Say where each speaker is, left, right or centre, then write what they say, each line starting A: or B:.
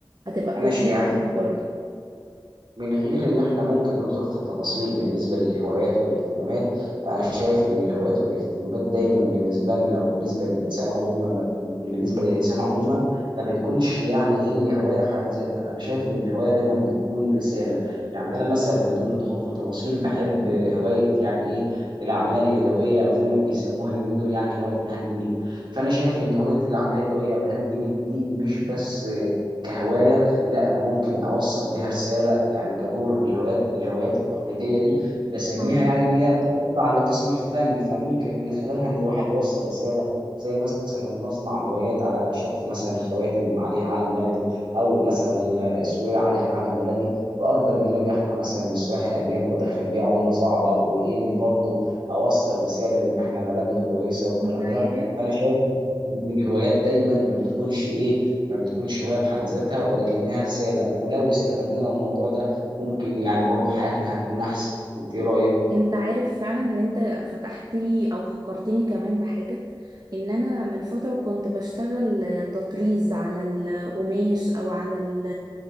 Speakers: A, on the right (about 50°); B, on the right (about 70°).
A: هتبقى كويسة
B: انا شايف يعني
A: قوي برضه
B: من غير ان احنا ممكن ندخل في تفاصيل بالنسبه للهوايات والاهتمامات انا شايف ان الهوايات والاهتمامات دايما بالنسبه لنا وبالنسبه للانسان عموما بالنسبه للانسان عموما ما بتكونش يعني هي هوايه في حد ذاتها انا شايف ان الهوايه دايما بتكون رساله يعني انا مثلا بدون الدخول في تفاصيل بحب هوايه يعني ايه الاعمال اليدويه او زي ما بيسموها اليومين دول يعني هوايه الهاند ميد فانا شايف ان هوايه الاعمال اليدويه او الهاند ميد دي مش بس كهوايه لا انا ممكن اوصل بيها رساله يعني كدور الهوايات الهوايات التقليديه دي بسميها
A: مم.
B: يعني ان هي بتخضع لقسم الفن فممكن من خلالها ان الواحد يوصل رساله زي مثلا نصنع هوايات على شكل مثلا خواتم عليها علم بلدي او مثلا اسوره عليها علم بلدي واقدر ان انا ابيعها مثلا للسياح الاجانب وادخل بيها عمله صعبه واني برضو اوصل رساله ان احنا بلدنا كويسه والكلام
A: انت عارف
B: ده فانا شايف ان الهوايات دايما ما بتكونش ايه ما بتكونش هواية في حد ذاتها ولكنها رسالة ولو استغلنا الموضوع ده ممكن يعني برضو حياتنا هتكون أحسن أنت إيه رأيك؟
A: انت عارف فعلا ان انت فتحت لي او فكرتني كمان بحاجة ان انا من فترة كنت بشتغل تطريز على القماش او على ال